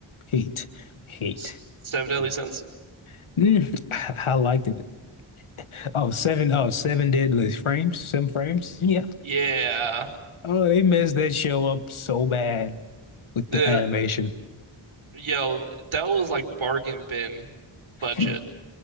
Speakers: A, on the left; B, on the right.
A: hate, hate,
B: S- Seven
A: hate.
B: Deadly Sins.
A: Mm, <laughs> I, I liked it. Oh, seven, oh, seven deadly frames, seven frames. Yeah.
B: Yeah,
A: Oh, they messed that show up so bad with
B: the
A: the animation.
B: yo, that was like bargain bin
A: <laughs>
B: budget